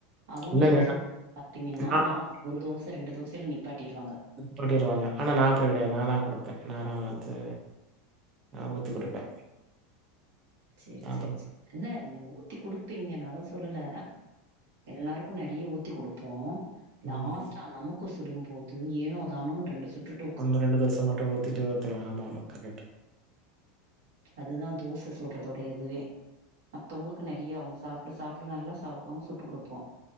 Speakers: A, on the right (about 75°); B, on the right (about 30°).
A: அவுங்களுக்கு
B: இல்லங்க
A: சுட்டு பாத்தீங்கன்னா
B: நா
A: லாஸ்ட் ஒரு தோச ரெண்டு தோசைல நிப்பாட்டிருவாங்க
B: நிப்பாட்டிருவாங்க ஆனா நா அப்டி கடையாது நாதா குடுப்பே நாதா வந்து நா ஊத்தி குடுப்பே
A: செரி
B: நா
A: செரி செரி இல்ல நீங்க ஊத்தி குடுப்பீங்க நா தா சொ சொல்ல எல்லாருக்கு நறைய ஊத்தி குடுப்போ
B: ம்
A: லாஸ்டா நமக் கு சுடும்போது ஏனோ தானோ ரெண்டு சுட்டுட்
B: ஒன்னு ரெண்டு தோச மட்டு ஊத்திட்டு விட்டுருவே ஆமா ஆமா கரெக்ட்
A: அதுதா தோச சுட்றதுடைய இதுவே மத்தோங்களுக்கு நறிய அவுங்க சாப் அப்டி சாப்டு நல்லா சாப்டுங்க சுட்டு குடுப்போ